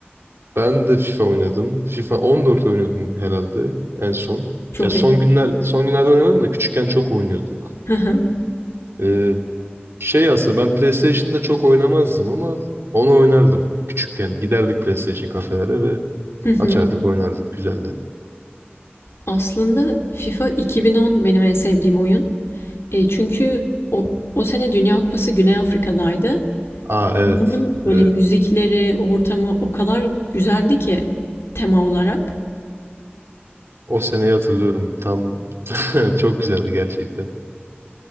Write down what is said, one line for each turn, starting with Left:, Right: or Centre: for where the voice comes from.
Right: Ben de FIFA oynadım. FIFA 14 oynuyordum herhalde en son.
Left: Çok
Right: Ya son
Left: iyi.
Right: günler son günlerde oynamadım da küçükken çok oynuyorduk.
Left: Hı hı.
Right: Ee, Şey aslında ben PlayStation'da çok oynamazdım ama onu oynardım. Küçükken giderdik PlayStation kafelere ve
Left: Hı hı.
Right: açardık oynardık. Güzeldi.
Left: Aslında FIFA 2010 benim en sevdiğim oyun. E, çünkü o, o sene Dünya Kupası Güney Afrika'daydı.
Right: Aa evet.
Left: Bunun böyle
Right: Evet.
Left: müzikleri, ortamı o kadar güzeldi ki tema olarak.
Right: O seneyi hatırlıyorum. Tam <laughs> çok güzeldi gerçekten.